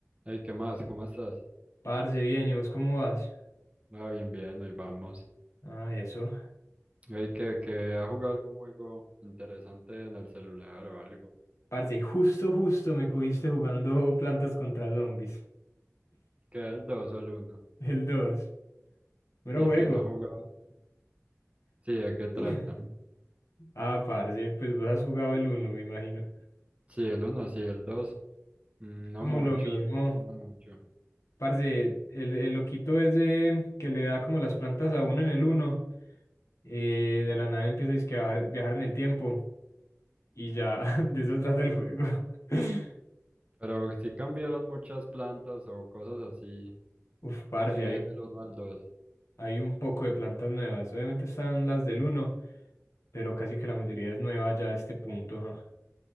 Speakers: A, on the right (about 25°); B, on the left (about 70°).
A: Hey, ¿qué más? ¿Cómo estás?
B: Parce, bien, ¿y vos cómo vas?
A: Ah, bien, bien, ahí vamos.
B: Ah, eso.
A: Hey, ¿que, que ha jugado algún juego interesante en el celular o algo?
B: Parce, justo, justo me cogiste jugando <laughs> Plantas contra Zombies.
A: ¿Que el 2 o el uno?
B: El 2. Mero
A: ¿Y
B: juego.
A: que no ha jugado? Sí, ¿de qué trata?
B: <laughs> Ah, parce, pues vos has jugado el uno, me imagino.
A: Sí, el uno, sí, el dos, Mm,
B: Es
A: no
B: como
A: mucho,
B: lo mismo.
A: el 2 sí, no mucho.
B: Parce, el, el loquito ese que le da como las plantas a uno en el uno. eh, de la nada empieza dizque a viajar, viajar en el tiempo y ya <laughs> de eso trata el juego. <laughs>
A: Pero sí cambiaron muchas plantas o cosas así
B: Uf, parce,
A: eh,
B: hay,
A: del uno al dos?
B: hay un poco de plantas nuevas. Obviamente están las del uno. pero casi que la mayoría es nueva ya a este punto, ajá.